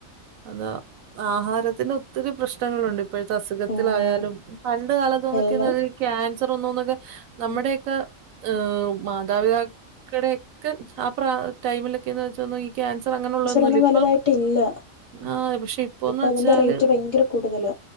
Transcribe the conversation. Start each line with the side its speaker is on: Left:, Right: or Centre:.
Right: അതാ ആഹാരത്തിന് ഒത്തിരി പ്രശ്നങ്ങളുണ്ട് ഇപ്പഴത്തെ അസുഖത്തിലായാലും.
Left: ഉം
Right: പണ്ട് കാലത്തുന്നൊക്കെ
Left: എല്ലാം
Right: <unintelligible> ക്യാൻസർ വന്നുന്നൊക്കെ. നമ്മുടെയൊക്കെ ഏഹ് മാതാപിതാ ക്കടയൊക്കെ ആഹ് പ്രാ ടൈമിലൊക്കെന്ന് വെച്ച ഒന്ന് ഈ ക്യാൻസർ അങ്ങനെള്ളതൊന്നുല്ല
Left: ഒന്നും
Right: ഇപ്പം
Left: വലുതായിട്ടില്ല.
Right: ആഹ് പക്ഷേ ഇപ്പോന്ന്
Left: ഇപ്പൊ
Right: വെച്ചാല്
Left: അതിന്റെ റേറ്റ് ഭയങ്കര കൂടുതലാ.